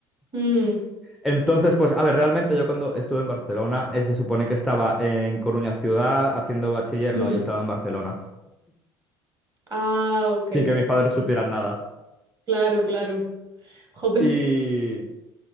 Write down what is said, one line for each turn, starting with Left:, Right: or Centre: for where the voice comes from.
Right: mm,
Centre: Entonces, pues, a ver, realmente yo cuando estuve en Barcelona, eh, se supone que estaba en Coruña ciudad haciendo bachiller,
Right: mm.
Centre: no, yo estaba en Barcelona,
Right: Ah, ok.
Centre: sin que mis padres supieran nada.
Right: Claro, claro. Jope.
Centre: Y,